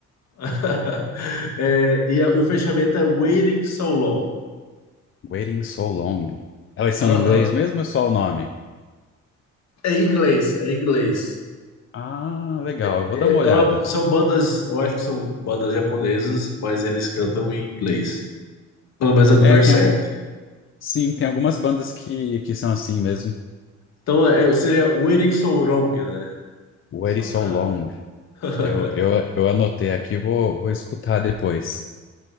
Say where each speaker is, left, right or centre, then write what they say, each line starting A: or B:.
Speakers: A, on the left; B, on the left.
A: <laughs> é, e, é, o fechamento é Waiting So Long.
B: Waiting So Long. Elas são
A: Aham.
B: em inglês mesmo ou é só o nome?
A: É em inglês, é em inglês.
B: Ah, legal.
A: É,
B: Eu vou
A: é
B: dar uma olhada.
A: é uma- são bandas, eu acho que são bandas japonesas, mas eles cantam em inglês. Pelo menos é do
B: É,
A: Berserk.
B: tem algum, sim, tem algumas bandas que que são assim mesmo.
A: Então é, seria Waiting So Long, né?
B: Waiting
A: Só
B: So
A: pra.
B: Long.
A: <laughs>
B: Eu eu, eu anotei aqui, vou vou escutar depois.